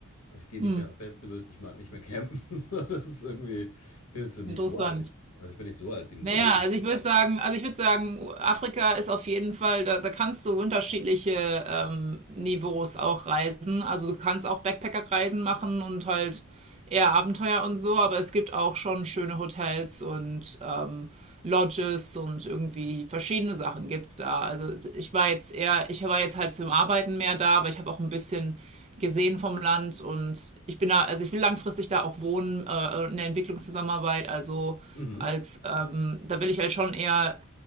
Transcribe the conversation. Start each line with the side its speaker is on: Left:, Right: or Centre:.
Left: Also ich gehe
Right: hm,
Left: nicht mehr auf Festivals, ich mag nicht mehr campen. <laughs> So, Das ist irgendwie, ich bin jetzt nicht
Right: interessant.
Left: so alt. Ich, also ich bin nicht so alt, 37.
Right: Naja, also ich würde sagen, also ich würde sagen, Afrika ist auf jeden Fall, da, da kannst du unterschiedliche ähm, Niveaus auch reisen. Also du kannst auch Backpacker-Reisen machen und halt eher Abenteuer und so, aber es gibt auch schon schöne Hotels und ähm, Lodges und irgendwie verschiedene Sachen gibt's da. Also ich war jetzt eher, ich war jetzt halt zum Arbeiten mehr da, aber ich habe auch ein bisschen gesehen vom Land und ich bin da, also ich will langfristig da auch wohnen, äh, in der Entwicklungszusammenarbeit, also
Left: Mhm.
Right: als ähm, da will ich halt schon eher,